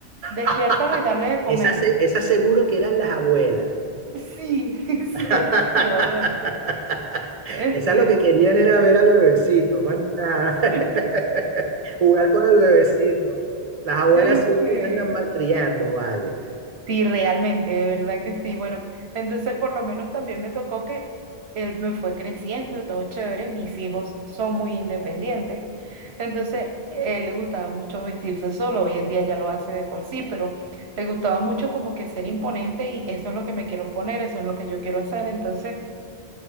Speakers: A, on the right; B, on the right.
A: despiértalo
B: <laughs>
A: y dale de comer.
B: Esa, se-
A: <laughs>
B: esa seguro que eran las abuelas.
A: Sí, <laughs>
B: <laughs>
A: sí, efectivamente. Este,
B: Esa lo que querían era ver al bebecito, más nada. <laughs>
A: <laughs> sí,
B: Jugar con el bebecito. Las abuelas
A: sí,
B: siempre
A: sí,
B: andan malcriando, vale.
A: sí, realmente, de verdad que sí. Bueno, entonces por lo menos también me tocó que él me fue creciendo, todo chévere, mis hijos son muy independientes. Entonces, él le gustaba mucho vestirse solo, hoy en día ya lo hace de por sí, pero le gustaba mucho como que ser imponente y eso es lo que me quiero poner, eso es lo que yo quiero hacer. Entonces,